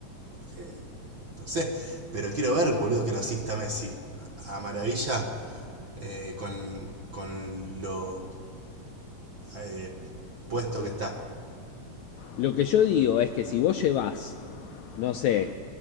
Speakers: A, on the right; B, on the left.
A: que no sé, pero quiero ver, boludo, que lo asista Messi. A maravilla eh, con, con lo eh, puesto que está.
B: Lo que yo digo es que si vos llevas, no sé,